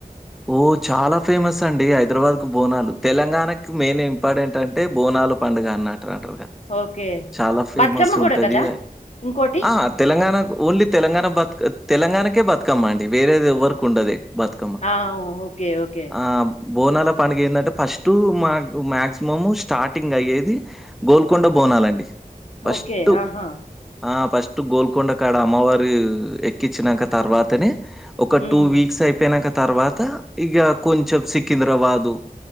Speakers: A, in the centre; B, on the left.
A: ఓ చాలా ఫేమస్ అండి హైదరాబాద్ కు బోనాలు. తెలంగాణాకి మెయిన్ ఇంపార్టెంట్ అంటే బోనాలు పండుగ అన్నట్ అంటారుగా.
B: ఓకే.
A: చాలా ఫేమస్
B: బతుకమ్మ కూడా
A: ఉంటది
B: కదా ఇంకోటి?
A: ఆ తెలంగాణాకు ఓన్లీ తెలంగాణకే బతుకమ్మ అండి వేరేది ఎవ్వరీకి ఉండదు ఇగ. బతుకమ్మా
B: ఆ! ఓకే. ఓకే.
A: ఆ బోనాల పండగ ఏందంటే ఫస్ట్ మాకు మాక్సిమము స్టార్టింగ్ అయ్యేది గోల్కొండ బోనాలండి ఫస్ట్
B: ఓకే. ఆహా!
A: ఆ ఫస్ట్ గోల్కొండ అక్కడ అమ్మవారు ఎక్కించినాక తర్వాతనే ఒక
B: హ్మ్.
A: టూ వీక్స్ అయి పోయినాక తర్వాత ఇక కొంచెం సికింద్రాబాదు